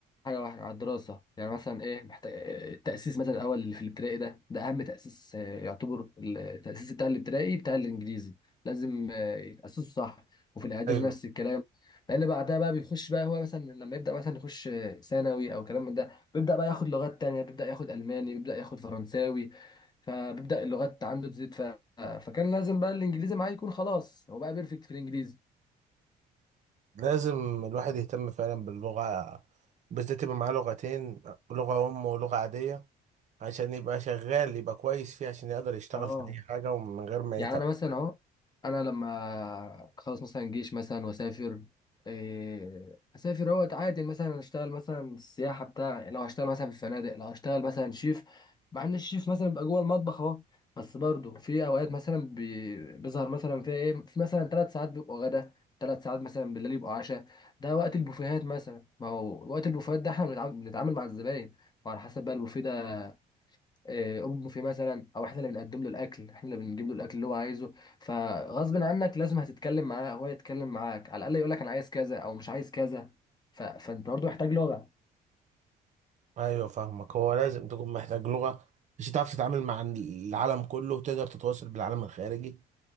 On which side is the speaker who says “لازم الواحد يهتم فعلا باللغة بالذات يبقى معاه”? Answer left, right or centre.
Right